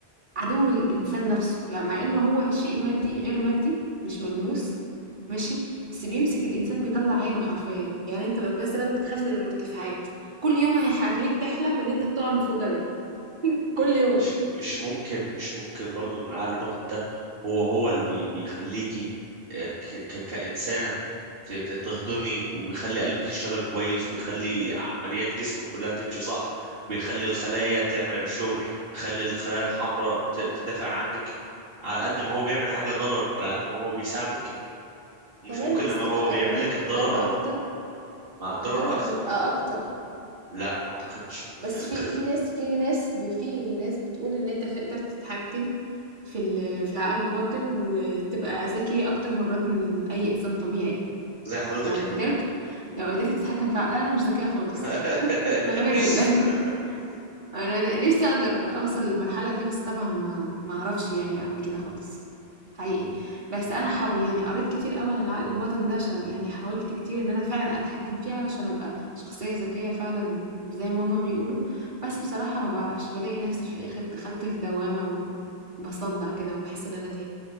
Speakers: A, on the right; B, on the right.
A: عدو الإنسان نفسه، يعني مع إنه هو شيء مادي غير مادي مش ملموس ماشي، بس بيمسك الإنسان بيطلّع عينه حرفيًا، يعني أنت لو مثلًا بتخاف من المرتفعات كل يوم هيخلّيك تحلم إن أنت بتقع من فوق جبل، كل يوم
B: مش مش ممكن مش ممكن برضو ان عقل الباطن ده هو هو اللي بي بيخليكي آه، ك ك كإنسانة ت- ت- تهضمي وبيخلي قلبك يشتغل كويس وبيخلي عمليات جسمك كلها تمشي صح وبيخلي الخلايا تعمل الشغل وبيخلي الخلايا الحمراء ت- تدافع عنك على قد ما هو بيعمل حاجة ضرر على قد ما هو بيساعدك ومش
A: تمام،
B: ممكن
A: بس
B: لما
A: ال
B: هو
A: الم
B: بيعمل لك الضرر
A: الضرر
B: او
A: أكتر
B: مع الضرر
A: الضرر
B: اكتر
A: بيبقى أكتر،
B: لا ما اعتقدش
A: بس
B: يعني تخ-
A: في في ناس في ناس ب في ناس بتقول إن أنت تقدر تتحكم في ال في العقل الباطن وتبقى ذكي أكتر مرات من ال أي إنسان طبيعي.
B: زي حضرتك
A: لو
B: يعني
A: قدرت لو قدرت تتحكم في عقل- لا انا مش ذكية خالص
B: <laughs>
A: انا غبية جدا <laughs> <applause> انا نفسي اقدر اوصل للمرحلة دي بس طبعا ما ما اعرفش يعني اعمل كده خالص حقيقي بس انا حاول يعني قريت كتير قوي عن العقل الباطن ده عشان يعني حاولت كتير ان انا فعلا اتحكم فيه علشان ابقى شخصية ذكية فعلا زي ما هما بيقولوا بس بصراحة ما بعرفش بلاقي نفسي في الاخر دخلت في دوامة وبصدع كده وبحس ان انا تعبت